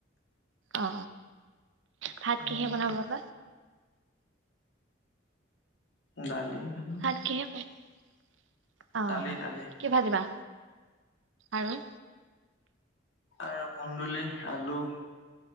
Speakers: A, on the right; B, on the left.
A: অ ভাত
B: উম
A: কিহে বনাব বাবা
B: দালি ভালো
A: আৰু কিহে হেম <unintelligible> অ
B: দালি দালি
A: কি ভাজিবা আৰু
B: আৰু কুন্দুলি আলু